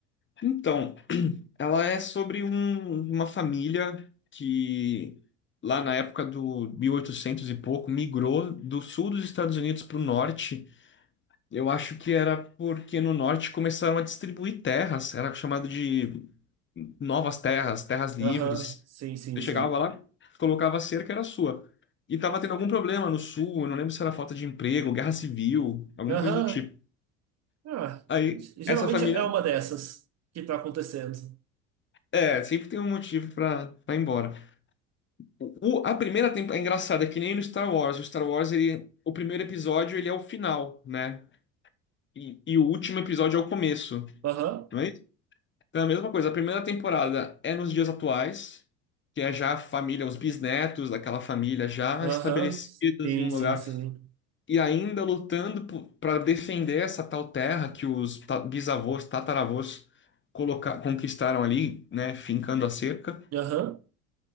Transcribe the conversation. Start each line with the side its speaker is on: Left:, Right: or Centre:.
Left: Então, ela é sobre um- uma família que, lá na época do 1800 e oitocentos e pouco, migrou do sul dos Estados Unidos para o norte. Eu acho que era porque no norte começaram a distribuir terras, era chamado de novas terras, terras livres.
Right: Aham, sim, sim,
Left: Você
Right: sim.
Left: chegava lá, colocava a cerca, era sua. E tava tendo algum problema no sul, eu não lembro se era falta de emprego, guerra civil, alguma
Right: Aham,
Left: coisa do tipo.
Right: ah,
Left: Aí,
Right: geralmente
Left: essa família.
Right: é uma dessas que tá acontecendo.
Left: É, sempre tem um motivo pra, pra ir embora. O, o- a primeira temporada. É engraçado, é que nem no Star Wars. O Star Wars, ele, o primeiro episódio, ele é o final, né? E, e o último episódio é o começo.
Right: Aham,
Left: Não é isso? Então é a mesma coisa. A primeira temporada é nos dias atuais, que é já a família, os bisnetos daquela família já
Right: aham,
Left: estabelecidos
Right: sim,
Left: num
Right: sim,
Left: lugar.
Right: sim.
Left: E ainda lutando para defender essa tal terra que os ta- bisavôs, tataravôs colocar, conquistaram ali, né? Fincando a cerca.
Right: Aham,